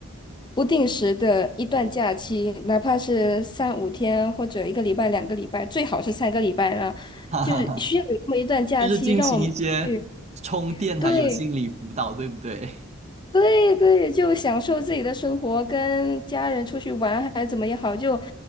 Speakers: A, on the left; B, on the right.
A: 不定时的一段假期，哪怕是三五天或者一个礼拜、两个礼拜，最好是三个礼拜了，
B: <laughs> 哈哈哈，
A: 就是需要有这么一段假期，
B: 就是进行一些充电还有心理辅导，
A: 让我们去对。
B: 对不对？
A: 对对，就享受自己的生活，跟家人出去玩还怎么也好，就